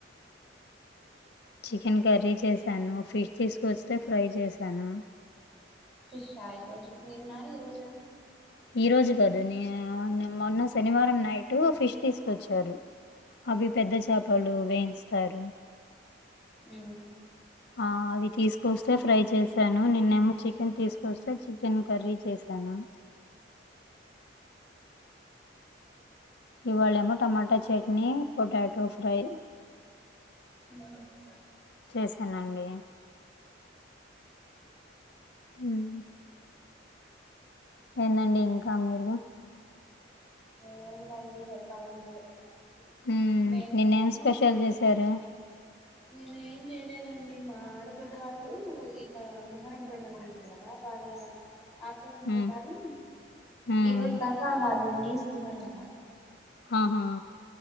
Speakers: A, on the left; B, in the centre.
A: చికెన్ కర్రీ చేశాను ఫిష్ తీసుకొస్తే ఫ్రై చేశాను
B: ఫిష్షా ఈరోజు నిన్న ఈరోజా
A: ఈ రోజు కాదు న మొన్న శనివారం నైట్ ఫిష్ తీసుకొచ్చారు అవి పెద్ద చేపలు వేయించుతారు
B: హ్మ్
A: ఆ అవి తీసుకొస్తే ఫ్రై చేసాను నిన్నేమో చికెన్ తీసుకొస్తే చికెన్ కర్రీ చేసాను ఇవాళేమో టమాటా చట్నీ పొటాటో ఫ్రై
B: <unintelligible>
A: చేశానండి హ్మ్ ఏందండి ఇంకా వాన పడదు
B: ఏందండి చెప్పాలి మీరే
A: హ్మ్
B: మేమేమో
A: నిన్న ఏం స్పెషల్ చేసారు
B: నేను ఏం చేయలేదండి మా ఆడబిడ్డ వాళ్ళు ఇక మొహరం పండుగ ఉండది కదా వాళ్ళ ఆచారం
A: హ్మ్
B: ప్రకారం
A: హ్మ్
B: ఈ రోజు దాకా వాళ్ళు నీసు తినరంట
A: ఆహా